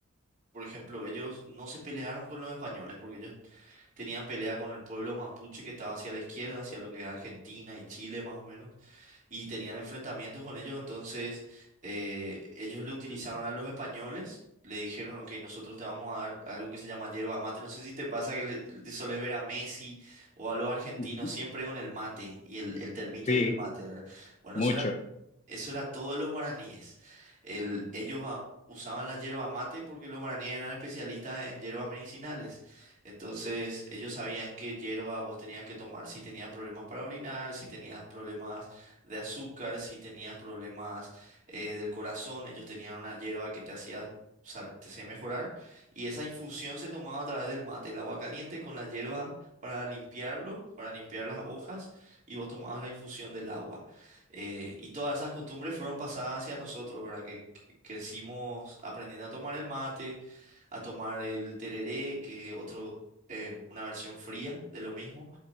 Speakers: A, on the right (about 35°); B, on the left (about 30°).
A: por ejemplo, ellos no se pelearon con los españoles porque ellos tenían pelea con el pueblo mapuche que estaba hacia la izquierda, hacia lo que es Argentina y Chile más o menos, y tenían enfrentamientos con ellos, entonces eh, ellos le utilizaron a los españoles, le dijeron, ok, nosotros te vamos a dar algo que se llama yerba mate, no sé si te pasa que le, le solés ver a Messi o a los argentinos
B: ujú.
A: siempre con el mate y el, el termito
B: Sí,
A: y el mate, ¿verdad? Bueno,
B: mucho.
A: eso era eso era todo de los guaraníes. El- ellos a- usaban la yerba mate porque los guaraníes eran especialistas en hierbas medicinales. Entonces, ellos sabían qué hierba vos tenías que tomar si tenías problemas para orinar, si tenías problemas de azúcar, si tenías problemas eh, del corazón. Ellos tenían una hierba que te hacía, sal- te hacía mejorar. Y esa infusión se tomaba a través del mate, el agua caliente con la hierba para limpiarlo, para limpiar las hojas, y vos tomabas la infusión del agua. Eh, y todas esas costumbres fueron pasadas hacia nosotros, ¿verdad? Que, que crecimos aprendiendo a tomar el mate, a tomar el tereré, que es otro, eh, una versión fría de lo mismo.